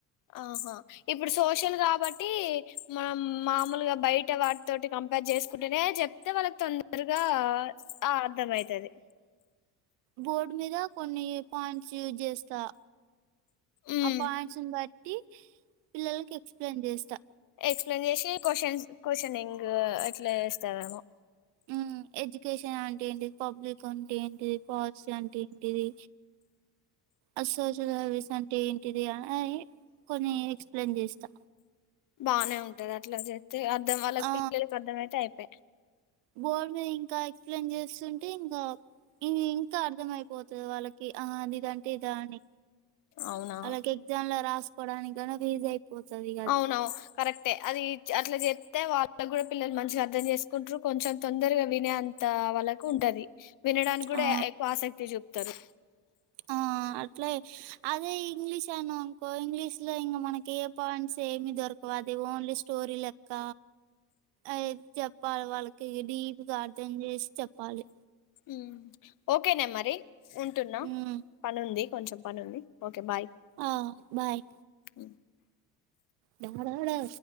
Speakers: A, on the left (about 50°); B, on the right (about 75°).
A: ఆహా ఇప్పుడు సోషల్ గాబట్టి మామ్ మామూలుగా బయట వాటితోటి కంపేర్ జేసుకుంటేనే జెప్తే వాళ్ళకి తొందరగా ఇగా ఆ అర్ధమైతది
B: బోర్డ్ మీద కొన్ని పాయింట్స్ యూజ్ జెస్తా
A: ఉమ్
B: ఆ పాయింట్స్ ను బ టి పిల్లలకి ఎక్స్ప్లెయిన్ జెస్తా
A: ఎక్స్ప్లెయిన్ జేషి క్వాషన్ క్వశ్చనింగ్ ఇట్లా చేస్తారేమో
B: హ్మ్ ఎడ్యుకేషన్ అంటే ఏంటిది పబ్లిక్ అంటే ఏంటిది పాలసీ అంటే ఏంటిది అ సోషల్ సర్వీస్ అంటే ఏంటిది ఆ ఇయ్యి కొన్ని ఎక్స్ప్లెయిన్ జేస్తా
A: బానే ఉంటది అట్లా జెత్తె అర్ధం వాళ్ళక్
B: ఆ
A: పిల్లలకి అర్ధం అయితే అయిపా
B: బోర్డు మీద ఇంకా ఎక్స్ప్లెయిన్ జేస్తుంటే ఇంగా ఇ ఇంకా అర్థమయిపోతది వాళ్ళకి ఆహ్ అదిదంటే ఇదా అని
A: అవునా
B: వాళ్ళకి ఎగ్జామ్ లో రాసుకోవడానికైనా ఈజీ అయిపోతది ఇగ అది
A: అవును కరెక్ట్ ఏ అట్ల జెప్తే వాళ్ వాళ్ళక్ గూడా పిల్లల్ మంచిగా అర్థం జెసుకుంటరు కొంచెం తొందరగా వినే అంత వాళ్ళకు ఉంటది వినడానిక్ గూడా
B: ఆ
A: ఎక్కువ ఆసక్తి జూప్తరు
B: ఆ అట్లే అదే ఇంగ్లీష్ అనాంకో ఇంగ్లీష్ లో ఇంగ మనకి ఏ పాయింట్స్ ఏమి దొరకవు ఆది ఓన్లీ స్టోరీ లెక్క అయి జెప్పాలి వాళ్ళకి ఇగ డీప్గా అర్థం జేసి చేప్పాలి
A: ఉమ్ ఓకేనే మరి ఉంటున్నా
B: ఉమ్
A: పనుంది కొంచెం పనుంది ఓకే బాయ్
B: ఆహ్ బాయ్
A: ఉ
B: డడాడ